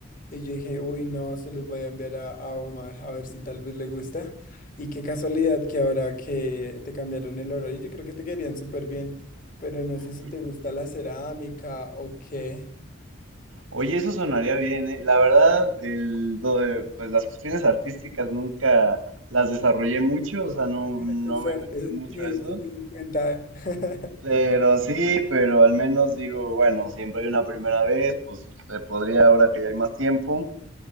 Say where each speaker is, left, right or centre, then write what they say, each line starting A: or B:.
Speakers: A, on the left (about 40°); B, on the right (about 85°).
A: y yo dije, uy, no, se los voy a enviar a, a Omar a ver si tal vez le gusta. Y qué casualidad que ahora que te cambiaron el horario, yo creo que te quedarían súper bien, pero no sé si
B: Oye,
A: te gusta la cerámica o qué.
B: oye, eso sonaría bien, ¿eh? La verdad, el, do- eh, pues las cuestiones artísticas nunca las desarrollé mucho, o sea, no,
A: Bueno,
B: no
A: tu suerte,
B: me he metido mucho
A: sí,
B: a eso.
A: sí me di cuenta. <laughs>
B: Pero sí, pero al menos digo, bueno, siempre hay una primera vez, pues se podría ahora que ya hay más tiempo.